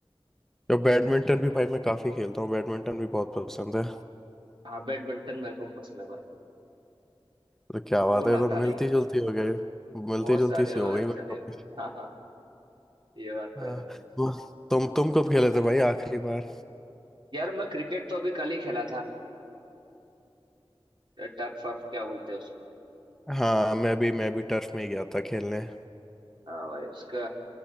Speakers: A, in the centre; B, on the right.
A: तो बैडमिंटन भी भाई मैं काफ़ी खेलता हूँ बैडमिंटन भी बहुत पसंद है
B: हाँ बैडमिंटन मेरे को पसंद है भाई
A: तो क्या
B: फुटबॉल
A: बात है
B: आता
A: तो
B: नहीं
A: मिलती
B: है
A: जुलती हो गई मिलती
B: बहुत
A: जुलती
B: सारे
A: सी
B: बहुत
A: हो गई भाई
B: सारे
A: कॉपी
B: हाँ हाँ ये बात तो
A: हाँ
B: है
A: वो- तुम तुम कब खेले थे भाई आखिरी बार
B: यार मैं क्रिकेट तो अभी कल ही खेला था टर्फ वर्फ क्या बोलते हैं उसको
A: हाँ मैं भी मैं भी टर्फ में ही गया था खेलने
B: हाँ भाई उसका